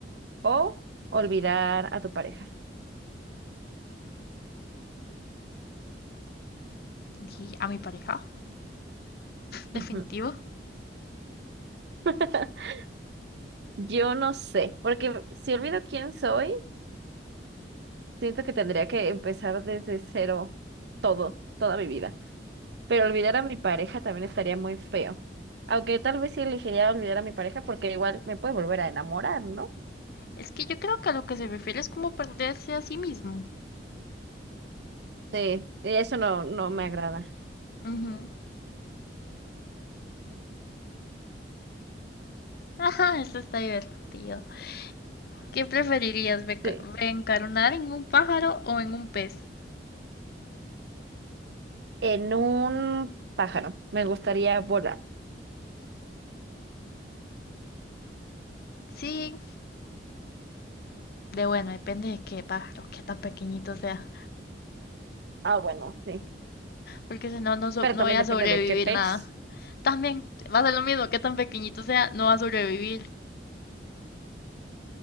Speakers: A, on the right (about 70°); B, on the left (about 60°).
A: o olvidar a tu pareja?
B: Y a mi pareja, definitivo.
A: Ujú. <laughs> Yo no sé, porque si olvido quién soy, siento que tendría que empezar desde cero todo, toda mi vida. Pero olvidar a mi pareja también estaría muy feo. Aunque tal vez sí elegiría olvidar a mi pareja porque igual me puede volver a enamorar, ¿no?
B: Es que yo creo que a lo que se refiere es como perderse a sí mismo.
A: Sí, y eso no, no me agrada.
B: Ujú. Ajá, esto está divertido. ¿Qué preferirías, beca-
A: Sí.
B: reencarnar en un pájaro o en un pez?
A: En un pájaro, me gustaría volar.
B: Sí, de bueno, depende de qué pájaro, qué tan pequeñito sea,
A: Ah, bueno, sí.
B: porque si no, no, so-
A: Pero
B: no
A: también
B: voy a
A: depende
B: sobrevivir
A: de qué pez.
B: nada. También va a ser lo mismo, qué tan pequeñito sea, no va a sobrevivir.